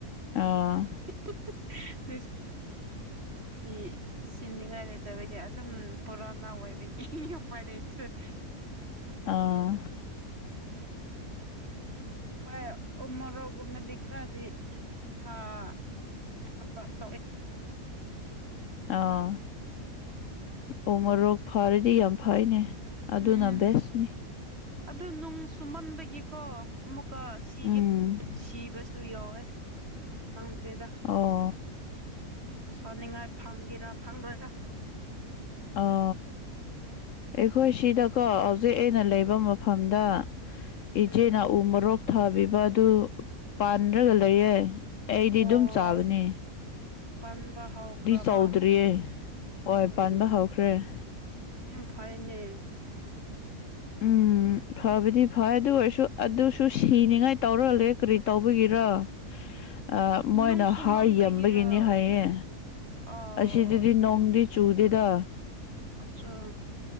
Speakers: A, on the left; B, on the right.
A: ꯑꯥ
B: <unintelligible> ꯃꯤ ꯁꯤꯅꯤꯡꯉꯥꯏ ꯂꯩꯇꯕꯗꯤ ꯑꯗꯨꯝ ꯄꯨꯔꯥꯅ ꯑꯣꯏꯕꯒꯤ ꯎꯄꯥꯏ ꯂꯩꯇꯔꯦ
A: ꯑꯥ
B: ꯍꯣꯏ ꯎ ꯃꯣꯔꯧꯒꯨꯝꯕꯗꯤ ꯈꯔꯗꯤ ꯑ <unintelligible>
A: ꯑꯥ ꯎ ꯃꯔꯣꯔꯣꯛ ꯐꯔꯗꯤ ꯌꯥꯝ ꯐꯩꯅꯦ ꯑꯗꯨꯅ
B: ꯎꯝ
A: ꯕꯦꯁꯅꯤ
B: ꯑꯗꯨ ꯅꯨꯡ ꯁꯨꯝꯃꯟꯕꯒꯤꯀꯣ ꯑꯃꯨꯛꯀꯥ ꯁꯤꯒꯦ
A: ꯎꯝ
B: ꯁꯤꯕ ꯁꯨ ꯌꯥꯎꯋꯦ ꯈꯪꯗ꯭ꯔꯦꯗ
A: ꯑꯣ
B: ꯁꯅꯤꯡꯉꯥꯏ ꯐꯪꯒꯦꯔꯥ ꯐꯪꯔꯣꯏꯔꯥ
A: ꯑꯣ ꯑꯩꯈꯣꯏ ꯁꯤꯗꯀꯣ ꯍꯧꯖꯤꯛ ꯑꯩꯅ ꯂꯩꯕ ꯃꯐꯝꯗ
B: ꯎꯝ
A: ꯏꯆꯦꯅ ꯎ ꯃꯔꯣꯔꯣꯛ ꯊꯥꯕꯤꯕ ꯑꯗꯨ ꯄꯥꯟꯗ꯭ꯔꯒ
B: ꯎꯝ
A: ꯂꯩꯌꯦ ꯑꯩꯗꯤ
B: ꯑꯣ
A: ꯑꯗꯨꯝ ꯆꯥꯕꯅꯤ
B: ꯄꯟꯕ ꯍꯧꯎꯈ꯭ꯔꯕ
A: ꯆꯥꯎꯗ꯭ꯔꯤꯌꯦ ꯍꯣꯏ
B: ꯎꯝ
A: ꯄꯥꯟꯕ ꯍꯧꯈ꯭ꯔꯦ
B: ꯌꯥꯝ ꯐꯩꯅꯦ <inaudible>
A: ꯎꯝ ꯐꯕꯗꯤ ꯐꯩ ꯑꯗꯨ ꯑꯣꯏꯔꯁꯨ ꯑꯗꯨꯁꯨ ꯁꯤꯅꯤꯉꯥꯏ ꯇꯧꯔꯜꯂꯦ ꯀꯔꯤ ꯇꯧꯕꯒꯤꯔ
B: <inaudible>
A: ꯑꯥ
B: ꯅꯨꯡ
A: ꯃꯣꯏꯅ
B: ꯆꯨꯃꯟꯕꯒꯤꯔꯣ
A: ꯍꯥꯔ ꯌꯝꯕꯒꯤꯅꯤ ꯍꯥꯏꯌꯦ
B: ꯑꯣ
A: ꯑꯁꯤꯗꯗꯤ ꯅꯣꯡꯗꯤ ꯆꯨꯗꯦꯗ
B: ꯑꯆꯥ